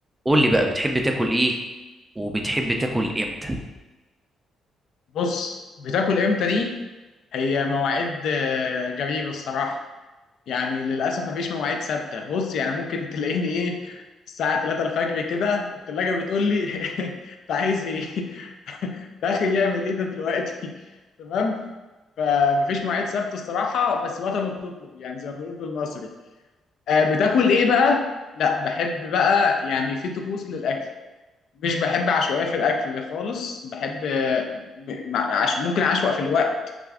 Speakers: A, on the right; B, on the left.
A: قول لي بقى بتحب تاكل ايه وبتحب تاكل امتى
B: بص بتاكل امتى دي هي مواعيد آه، غريبه الصراحه يعني للاسف مفيش مواعيد ثابته بص يعني ممكن تلاقيني ايه الساعه 3 الفجر كده التلاجة بتقول لي <laughs> انت عايز ايه <laughs> داخل يعمل ايه ده دلوقتي <laughs> تمام فمفيش مواعيد ثابته الصراحه بس وقت ما بتطلب يعني زي ما بنقول بالمصري آه، بتاكل ايه بقى لا بحب بقى يعني في طقوس للاكل مش بحب عشوائية في الأكل خالص بحب آه، م- مع- عش... ممكن أعشوائي في الوقت